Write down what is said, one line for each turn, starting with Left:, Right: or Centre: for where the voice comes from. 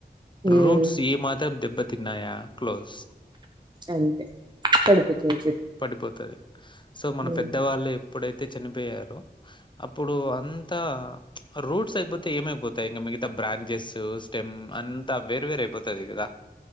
Right: హ్మ్.
Left: రూట్స్ ఈ మాత్రం దెబ్బతిన్నాయా క్లోజ్.
Right: అంతే పడిపోతుంది
Left: పడిపోతది హ్ సో
Right: చెట్టు
Left: మన పెద్ద వాళ్ళే. ప్పుడైతే చనిపోయారో అప్పుడు అంతా ప్చ్ ఆ రూట్ స్ ఐబోతే ఏమైపోతాయి ఇంగ మిగతా బ్రాంజెస్సు స్టెమ్ అంతా వేరు వేరు ఐపోతది గదా.